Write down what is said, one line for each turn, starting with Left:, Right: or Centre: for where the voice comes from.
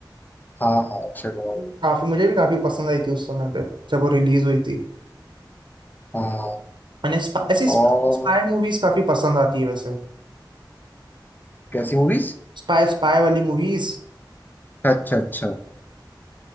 Left: हाँ हाँ अक्षय कुमार
Right: वो काफी मुझे भी काफी पसंद आई थी उस समय पे जब वो रिलीज हुई थी
Left: हाँ
Right: मैंने स्पा, ऐसी स्पाई
Left: और
Right: मूवीज काफी पसंद आती है वैसे
Left: कैसी मूवीज
Right: स्पाई स्पाई वाली मूवीज
Left: अच्छा अच्छा